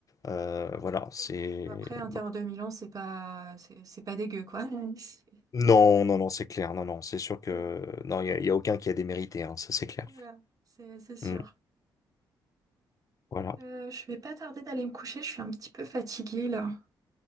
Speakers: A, on the left; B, on the right.
A: euh, voilà, c'est
B: Oui. Après, Inter
A: bon.
B: de Milan, c'est pas, c'est c'est pas dégueu, quoi. <laughs> C'est-
A: Non, non, non, c'est clair, non, non, c'est sûr que
B: Oui.
A: non, il y, a il y a aucun qui a démérité, hein, ça c'est clair.
B: Voilà, c'est c'est sûr.
A: Mm. Voilà.
B: Euh, je vais pas tarder d'aller me coucher, je suis un petit peu fatiguée là.